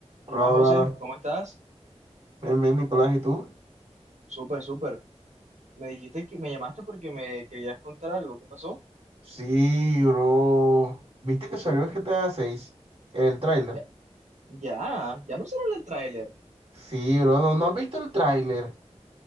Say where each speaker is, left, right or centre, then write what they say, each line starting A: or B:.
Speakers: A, on the right; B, on the right.
A: Hola,
B: ¿Qué más, José?
A: hola.
B: ¿Cómo estás?
A: Bien, bien, Nicolás, ¿y tú?
B: Súper, súper. Me dijiste que me llamaste porque me querías contar algo. ¿Qué pasó?
A: Sí, bro. ¿Viste que salió el GTA seis, El tráiler.
B: Ya, ya, ya no se habla el tráiler.
A: Sí, bro. No, ¿no has visto el tráiler?